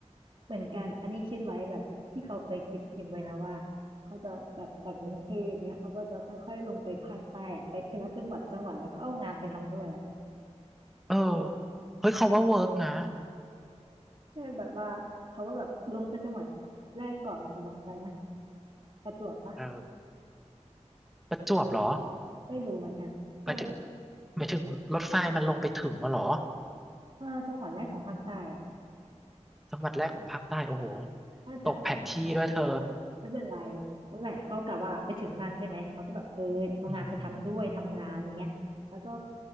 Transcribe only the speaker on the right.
เหมือนกัน อันนี้คิดไว้แบบที่เขาเคยคิดทิมไว้นะว่าเขาจะแบบจากกรุงเทพเนี้ยเขาก็จะค่อยๆลงไปภาคใต้อะไปทีละจังหวัดจังหวัดแล้วก็เอางานไปทำด้วยอ่ะ
ใช่แบบว่าเขาก็แบบลงไปจังหวัดแรกก่อนจังหวัดอะไรนะประจวบปะ
ไม่รู้เหมือนกันนั่นแหละ
เออจังหวัดแรกของภาคใต้อ่ะ
น่าจะน่าจะใช่
ไม่เป็นไรนั่นแหละเขากะว่าไปถึงนั่นใช่ไหมเขาก็แบบเออเอางานไปทำด้วยทำงานอย่างเงี้ยแล้วก็